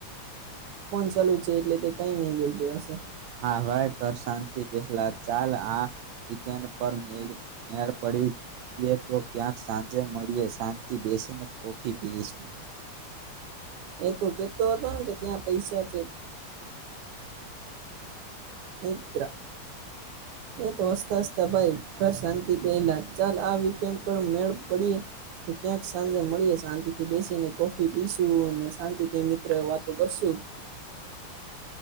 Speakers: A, on the right (about 90°); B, on the right (about 75°).
A: ફોન ચાલુ જ છે એટલે તે કઈ નય બોલયો હશે
B: હા ભાઈ કર શાંતિ પહેલા ચાલ આ <unintelligible> પર મેડ મેડ પડી જાય તો ક્યાંક સાંજે મળીએ શાંનથી બેસીને કોફી પીઈ શું
A: એ તો કેતો હતો ને કે ત્યાં પૈસા છે મિત્ર એ તો હસતા હસતા ભાઈ ઘર શાંતિ પહેલા ચાલ આ વિકેનડ પર મેળ પડીએ. તો ક્યાંક સાંજે મળીએ શાંતિ થી બેસીને કોફી પીશું ને શાંતિ થી મિત્ર વાતો કરશું.
B: <inaudible>